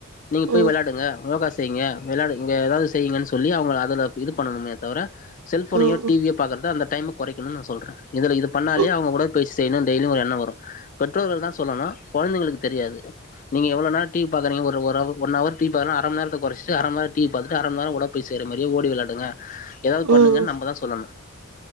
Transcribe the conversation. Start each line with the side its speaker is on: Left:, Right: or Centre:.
Left: நீங்க போய்
Right: ம்
Left: விளாடுங்க யோகா செய்ங்க விளயாடு இங்க ஏதாவது செய்யுங்கன்னு சொல்லி அவங்க அதுலத் இது பண்ணணுமே தவர செல்ஃபோனையோ
Right: ம் ம்
Left: டி வியோ பாக்கறத அந்த டைம கொறைக்கணு நா சொல்ற இதுல இது பண்ணாலே
Right: ம்
Left: அவங்க கூட பேசி செய்ன்னு டெய்லி ஒரு என்னோ வரு பெற்றோர்கள் தா சொல்லனு குழந்தைங்களுக்கு தெரியாது நீங்க எவ்ளோ நேரோ டி வி பாக்குறீங்க ஒரு ஒரவர் ஒன்னவர் டி வி பாத்தனா அரம நேரத்த கொறச்சிட்டு அரம நேரோ டி வி பாத்துட்டு அரம நேரோ உடற்பயிற்சி செய்ற மாரி ஓடி விளாடுங்க ஏதாவது பண்ணுங்கன்னு
Right: ம்
Left: நம்ப தா சொல்லணு